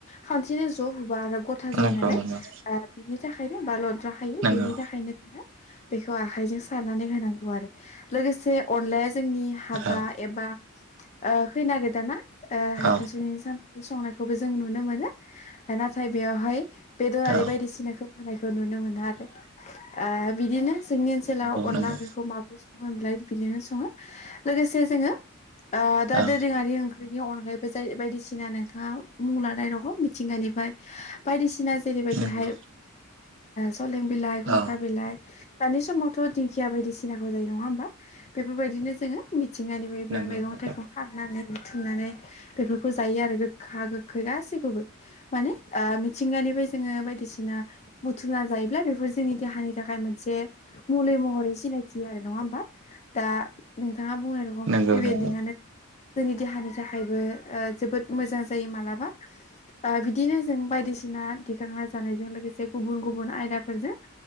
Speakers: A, on the left (about 30°); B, on the right (about 60°).
A: खानसेनो ज' हुबा आरो ग'था जायो
B: नंगौ
A: नालाय
B: नंगौ
A: ओ बिनि थाखायनो बा लद्राखायो
B: नंगौ
A: बिनि थाखायनो जोङो बेखौ आखायजों सारनानै होनांगौ आरो लोगोसे अनलाया जोंनि हाबा
B: औ
A: एबा ओ खैना गोदाना ओ हाथासुनि
B: औ
A: सान संनायखौबो जों नुनो मोनो नाथाय बेयावहाय बेदर आरि
B: औ
A: बायदिसिनाखौ होनाय खौ नुनो मोनो आरो ओ बिदिनो जोंनि ओनसोलाव
B: नंगौ
A: अनला
B: नंगौ
A: ओंख्रिखौ माबोरै सङो होनब्ला बिदिनो सङो लोगोसे जोङो ओ दा
B: औ
A: दोरोङारि ओं ख्रिनि अनगायैबो जाय बायदिसिना नोंथाङा मुं लानाय दङ' मिथिंगानिफाय बायदिसि सिना जेरैबायदिहाय
B: नंगौ
A: सलें बिलाइ खुंखा
B: औ
A: बिलाइ दानि समावथ' दिंखिया बायदिसिनाखौ जायो नङा होमबा बेफोरबायदिनो जोङो मि थिंगानिफायबो
B: नंगौ
A: मैगं-थाइगं
B: नंगौ
A: खांनानै थुमनानै बेफोरखौ जायो आरो गोखखा गोखखै गासैखौबो माने ओ मिथिंगानिबो जोङो बायदिसिना बुथुमना जायोब्ला बेफोर जोंनि देहानि थाखाय मोनसे मुलै महरै सिनायथि आरो नङा होमबा दा नोंथाङा बुंनाय रखम
B: नंगौ
A: खिपि
B: नंगौ
A: बेन्दोंआनो जोंनि देहानि थाखायबो ओ जोबोद मोजां जायो मालाबा ओ बिदिनो जों बायदिसिना दिखांना जानायजों लोगोसे गुबुन गुबुन आयदाफोरजो ओ